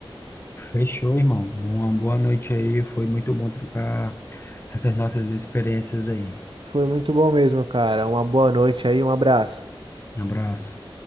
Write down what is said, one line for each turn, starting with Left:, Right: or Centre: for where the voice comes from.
Left: Fechou, irmão. Uma boa noite aí. Foi muito bom trocar essas nossas experiências aí.
Right: Foi muito bom mesmo, cara, uma boa noite aí, um abraço.
Left: Um Abraço.